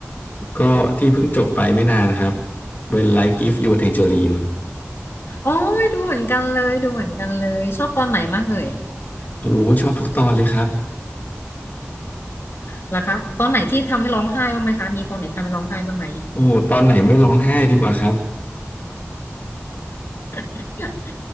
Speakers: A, on the left (about 40°); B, on the left (about 55°).
A: ก็ที่เพิ่งจบไปไม่นานครับ When Life Gives You Tangerine
B: โอ้ยดูเหมือนกันเลยดูเหมือนกันเลยชอบตอนไหนมากเอ่ย
A: โอ้โหชอบทุกตอนเลยครับ
B: เหรอคะตอนไหนที่ทำให้ร้องไห้บ้างไหมคะมีตอนไหนทำให้ร้องไห้บ้างไหม
A: โอ้โหตอนไหนไม่ร้องไห้ดีกว่าครับ
B: <laughs>